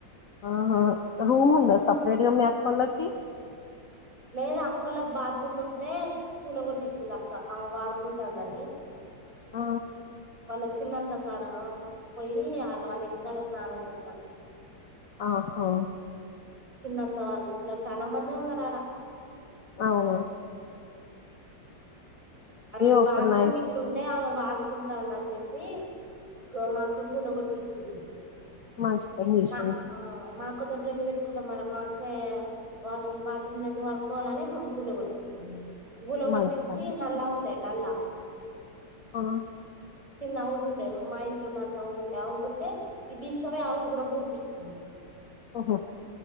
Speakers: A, on the left; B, on the right.
A: ఆహా రూమ్ ఉందా సపరేట్గా మీ అక్కోలకి
B: లేదు అక్కోళ్ళకి బాత్రూమ్ ఉంటే పూల కొట్టించింది అక్క ఆ వాడుకుంటుందని
A: ఆ
B: వాళ్ళ చిన్నత్త కాడ పోయి వాళ్ళ వాళ్ళ ఇంటికాళ్ళ స్నానం చేతారు
A: ఆహా
B: చిన్నత్త వాళ్ళు ఇంట్లో చాలా మంది ఉన్నారు ఆడ
A: అవు
B: అ డో
A: ఒక
B: బాత్రూమ్
A: నైట్
B: గిట్లుంటే వాడుకుంటుంది అన్ చెప్పి ఒక మాకు కూన కొట్టించింది
A: మంచి పని చేసింది
B: మా ఆ మా ఒక్కచోట్లు ఇళ్ళ పెట్టుకుంటాం మనం మా అక్కే వాష్రూమ్ బాత్రూమ్ల ఎందు వాడుకోవాలని మా గుండు కొట్టించడి గుల
A: మంచి
B: కొట్టించి
A: పని చేసింది
B: నల్ల ఉంటాయి నల్ల
A: ఆ
B: చిన్న హౌస్ ఉండే మ ఇంట్లో ఉన్నంత హౌస్ ఉంటే హౌజస్ ఉంటే ఇది తీసుకవే హౌస్ కూడా కురుప్ ఇచ్చింది
A: ఓహో